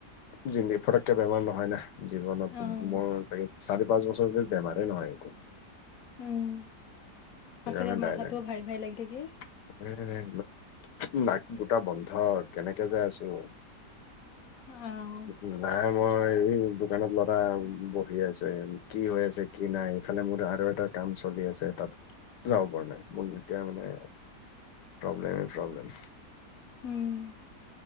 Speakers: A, on the left; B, on the left.
A: জি ফটককে বেমাৰ নহয় না জীৱনত
B: অ',
A: মোৰ চাগে চাৰি পাঁচ বছৰ ধৰি বেমাৰেই নহয় একো।
B: উম, আৰু
A: সেইকাৰণে
B: ছাগে
A: ডাইৰেক্ট
B: মাথাটো ভাৰি ভাৰি লাগি থাকে?
A: <unintelligible> নাক দুটা বন্ধ কেনেকে যে আছোঁ। <inaudible>
B: অ',
A: নাই মই এই দোকানত ল'ৰা বহি আছে কি হৈ আছে কি নাই এইফালে মোৰ আৰু এটা কাম চলি আছে, তাত যাব পৰা নাই, মোৰ এতিয়া মানে প্ৰব্লেমেই প্ৰব্লেম।
B: উম,